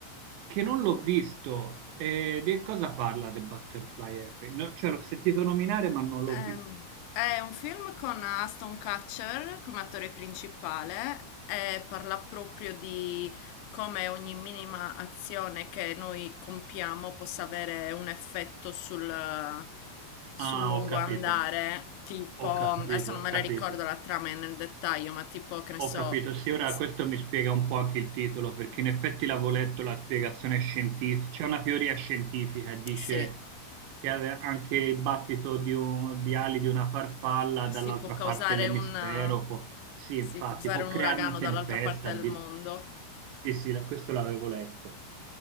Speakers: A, on the right; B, on the left.
A: che non l'ho visto. E di cosa parla The Butterfly Effect? No, cioè, l'ho sentito nominare, ma non l'ho
B: Ehm,
A: visto.
B: è un film con Aston Kutcher come attore principale e parla proprio di come ogni minima azione che noi compiamo possa avere un effetto sul, sul
A: Ah,
B: lungo
A: ho capito,
B: andare. Tipo,
A: ho capito,
B: adesso non
A: ho
B: me
A: capito.
B: la ricordo la trama nel dettaglio, ma tipo, che ne
A: Ho
B: so,
A: capito, sì, ora
B: s-
A: questo mi spiega un po' anche il titolo, perché in effetti l'avevo letto la spiegazione scientifica, c'è una teoria scientifica che dice
B: sì.
A: che a- anche il battito di, un- di ali di una farfalla dall'altra
B: Sì, può causare
A: parte dell'emisfero
B: un,
A: può, sì,
B: sì,
A: infatti,
B: può causare
A: può
B: un
A: creare
B: uragano
A: una tempesta.
B: dall'altra parte
A: addir-
B: del mondo.
A: Sì, sì, la- questo l'avevo letto.